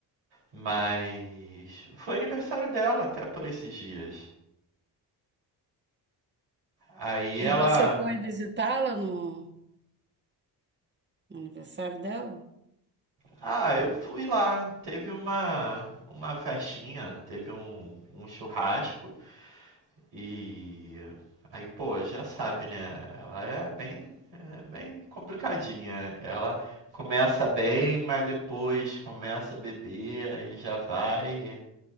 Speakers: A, on the right (about 80°); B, on the right (about 25°).
A: Mas foi aniversário dela até por esses dias. Aí
B: E
A: ela
B: você foi visitá-la no, no aniversário dela?
A: Ah, eu fui lá. Teve uma uma festinha, teve um, um churrasco e aí, pô, já sabe, né? Ela é bem é bem complicadinha. Ela começa bem, mas depois começa a beber, aí já vai,